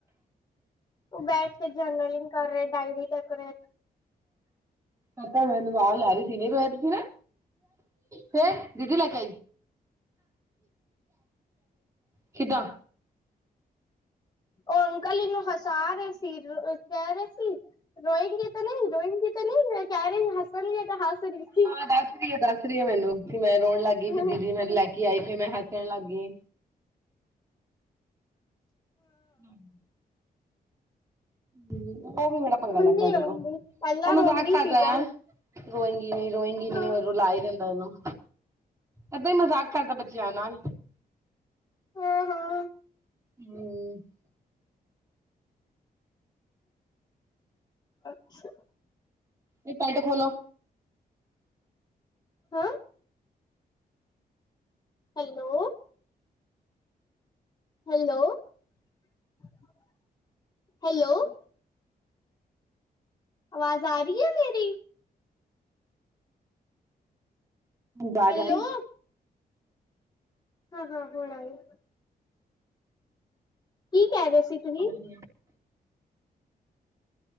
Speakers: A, on the left (about 25°); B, on the right (about 20°).
A: ਉਹ ਬੈਠ ਕੇ ਜਰਨਲਿੰਗ ਕਰ ਰਹੇ ਡਾਇਰੀ ਤੱਕ ਰਹੇ
B: ਆਤਾ ਮੈਨੂੰ ਬਾਗ ਲਾ ਰਹੀ ਸੀਨ ਰਇ ਤੁਸੀ ਨਾ ਫੇਰ ਦੀਦੀ ਲੈ ਕੇ ਆਈ ਕਿਦਾ
A: ਉਹ ਅੰਕਲ ਇਹਨੂੰ ਹਸਾ ਰਹੇ ਸੀ ਕਹਿ ਰਹੇ ਸੀ ਰੋਏਗੀ ਤਾਂ ਨਹੀਂ ਰੋਇੰਗੀ ਤਾਂ ਨਹੀਂ ਕਹਿ ਰਹੇ ਹੱਸਣਗੇ ਤਾਂ ਹੱਸ ਲਖੀ
B: ਹਾਂ ਦੱਸ ਦੱਸ ਰਹੀ ਮੈਨੂੰ ਵੀ ਮੈਂ ਰੋਣ ਲਗ ਗਈ ਫੇ
A: ਹਾਂ
B: ਦੀਦੀ ਮੈਨੂੰ ਲੈ ਕੇ ਆਈ ਫਿਰ ਮੈਂ ਹੱਸਣ ਲੱ ਗਈ ਹਮ ਹ ਉਹ ਵੀ ਬੜਾ ਪੰਗਾ
A: ਹੁਣ
B: ਲੈਂਦਾ
A: ਨੀ ਰੋਂਦੀ
B: ਜਦੋਂ
A: ਪਹਿਲਾਂ
B: ਉਹ ਮਜਾਕ
A: ਰੋਂਦੀ
B: ਕਰਦਾ
A: ਸੀ ਬਹੁਤ
B: ਆ ਰੋਇੰਗੀ ਨੀ ਰੋਇੰਗੀ ਨੀ
A: ਹਾਂ।
B: ਰੁਲਾ ਹੀ ਜਾਂਦਾ ਇਹਨੂੰ ਏਦਾਂ ਹੀ ਮਜ਼ਾਕ ਕਰਦਾ ਬੱਚਿਆਂ ਨਾਲ
A: ਹਾਂ-ਹਾਂ
B: ਹਮ
A: ਅੱਛਾ
B: ਇਹ ਪੈਟ ਖੋਲੋ
A: ਹੈਂ ਹੈਲੋ ਹੈਲੋ-ਹੈਲੋ ਆਵਾਜ਼ ਆ ਰਹੀ ਹੈ ਮੇਰੀ
B: ਜਾ-ਜਾ
A: ਹੈਲੋ ਹਾਂ-ਹਾਂ ਹੋਣ ਆਈ ਕੀ ਕਹਿ ਰਹੇ ਸੀ ਤੁਸੀਂ
B: ਹਾਂਜੀ ਹਾਂ